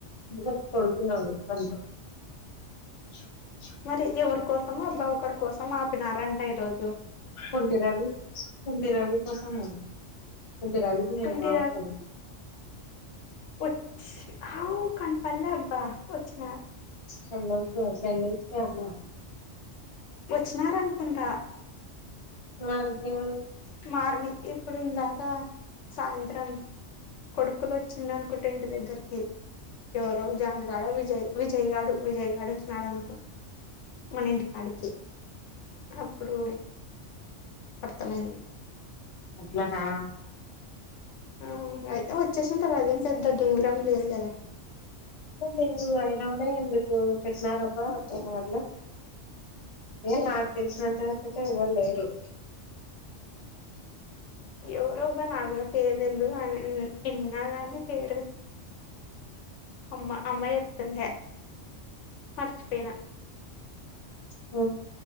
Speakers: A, on the left; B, on the left.
A: ఒక కొడుతున్నాడు అంతె <inaudible>
B: మరి ఎవరి కోసమ అబ్బా ఒకరి కోసం ఆపినారంట ఈ రోజు
A: కుంటి రవి కుంత రవి కోసము కుంటి రవికి నేను
B: కుంటి
A: మామావరుస అవుతాను
B: వచ్చ కౌ కనిపలా అబ్బా వచ్చిన
A: సండ్ల్స్ సండ్విల్స్ ప అమ్న్నా
B: వచ్చినారనుకుంటా
A: వగ <unintelligible>
B: మార్ని ఇప్పుడు ఇందాక సాయంత్రం కొడుకులు వచ్చింది అనుకుంటే ఇంటి దగ్గరికి ఎవరో జాన్గాడ విజయ్ విజయ్ గాడు విజయగాడచ్చినడ అనుకో మన ఇంటి కాడికి అప్పుడు అర్థమైంది
A: అట్లనా
B: ఆ అయితే వచ్చేసుంటారు అదేం పెద్ద దూరం లేదు కదా
A: అ లేరు అయినప్పుడే ఎందుకు పెట్టినార అబ్బా అ వాళ్ళ ఏ నాకు తెలిసినంత వరకైతే ఎవ్వరులేరు
B: ఎవరొబ్బా నాగుడా పేరుటేల్డు ఇన్నగాని పేరు అమ్మా అమ్మా జెప్తూందే మర్చిపేయినా
A: ఊ